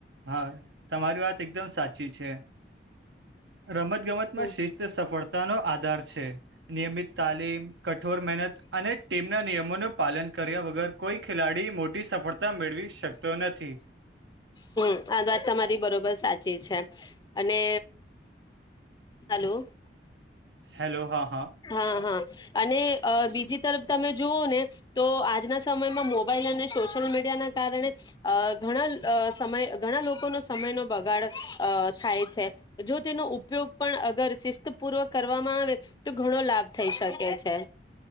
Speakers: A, on the right; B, on the left.
A: હા તમારી વાત એકદમ સાચી છે. રમતગમતમાં
B: હમ
A: શિસ્ત સફળતાનો આધાર છે. નિયમિત તાલીમ, કઠોર મહેનત, અને ટીમના નિયમોનું પાલન કર્યા વગર, કોઈ ખેલાડી મોટી સફળતા મેળવી શકતો નથી.
B: હમ્મ આ વાત તમારી બરોબર સાચી છે. અને હલો.
A: હલો હા.
B: હા હા અને બીજી તરફ તમે જુઓ ને તો આજના સમયમાં મોબાઈલ અને સોશિયલ મીડિયા ના કારણે અ ઘણા સમય ઘણા લોકોનો સમયનો બગાડ અ થાય છે જો તેનો ઉપયોગ પણ અગર શિસ્તપૂર્વક કરવામાં આવે તો ઘણો લાભ થઈ શકે છે.